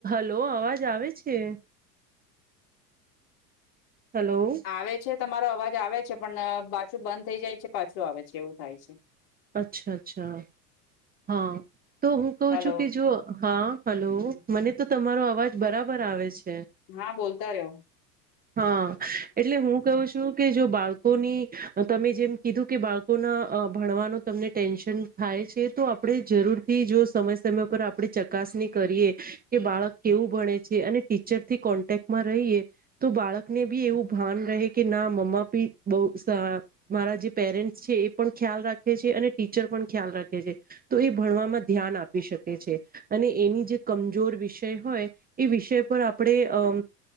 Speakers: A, on the right; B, on the left.
A: હલો, અવાજ આવે છે. હલો.
B: આવે છે તમારો અવાજ આવે છે પણ પાછું બંધ થઈ જાય છે પાછું આવે છે એવું થાય છે.
A: અચ્છા, અચ્છા, હાં. તો હું કઉ
B: હલો
A: છું કે જો હા હલો
B: હમ
A: મને તો તમારો અવાજ બરાબર આવે છે.
B: હા બોલતા રયો
A: હા એટલે હું કહું છું કે જો બાળકોની તમે જેમ કીધું કે બાળકોના અ ભણવાનો તમને ટેન્શન થાય છે તો આપડે જરૂરથી જો સમય સમય પર આપડે ચકાસણી કરીએ કે બાળક કેવું ભણે છે અને ટીચરથી કોન્ટેક્ટમાં રહીએ તો બાળકને બી એવું ભા ભાન રહે કે ના મમા બી બઉ સા મારા જે પેરેન્ટ્ છે એ પણ ખ્યાલ રા ખે છે અને ટીચર પણ ખ્યાલ રાખે છે, તો એ ભણવામાં ધ્યાન આપી શકે છે અને એની જે કમજોર વિષય હોય એ વિષય પર આપડે અ